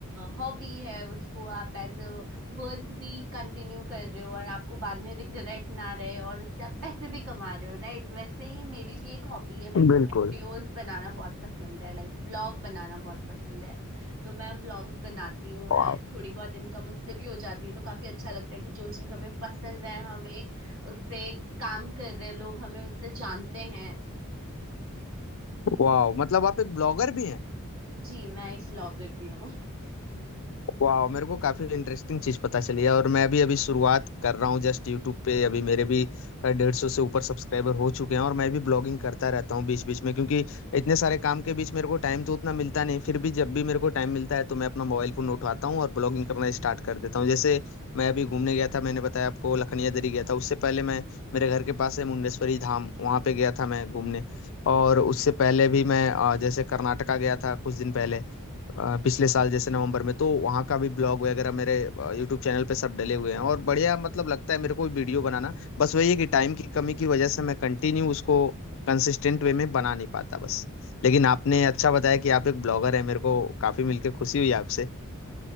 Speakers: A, on the right; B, on the left.
A: हॉबी है उसको आप एज अ वर्क भी कंटिन्यू कर रहे हो और आपको बाद में रिग्रेट ना रहे और उससे आप पैसे भी कमा रहे हो राइट वैसे ही मेरी भी एक हॉबी है मेरे
B: बिल्कुल
A: को वीडियोस बनाना बहुत पसंद है लाइक व्लॉग बनाना बहुत पसंद है तो मैं व्लॉग्स बनाती हूँ एंड
B: वाह
A: थोड़ी बहुत इनकम उससे भी हो जाती है तो काफी अच्छा लगता है कि जो चीज हमें पसंद है हमें उससे काम कर रहे लोग हमें उससे जानते हैं
B: वाह मतलब आप एक ब्लॉगर भी हैं
A: जी मैं एक ब्लॉगर भी हूँ
B: वाह मेरे को काफी इंटरेस्टिंग चीज पता चली है और मैं भी अभी शुरुआत कर रहा हूँ जस्ट यूट्यूब पे अभी मेरे भी डेढ़ सौ से ऊपर सब्सक्राइबर हो चुके हैं और मैं भी ब्लॉगिंग करता रहता हूँ बीच बीच में क्योंकि इतने सारे काम के बीच मेरे को टाइम तो उतना मिलता नहीं फिर भी जब भी मेरे को टाइम मिलता है तो मैं अपना मोबाइल फोन उठाता हूँ और ब्लॉगिंग करना स्टार्ट कर देता हूँ जैसे मैं अभी घूमने गया था मैंने बताया आपको लखनिया दरी गया था उससे पहले मैं मेरे घर के पास है मुंडेश्वरी धाम वहाँ पे गया था मैं घूमने और उससे पहले भी मैं अ, जैसे कर्नाटका गया था कुछ दिन पहले अ, पिछले साल जैसे नवंबर में तो वहाँ का भी ब्लॉग वगैरह मेरे यूट्यूब चैनल पे सब डले हुए हैं और बढ़िया मतलब लगता है मेरे को वीडियो बनाना बस वही है कि टाइम की कमी की वजह से मैं कंटिन्यू उसको कंसिस्टेंट वे में बना नहीं पाता बस लेकिन आपने अच्छा बताया कि आप एक ब्लॉगर हैं मेरे को काफ़ी मिलकर खुशी हुई आपसे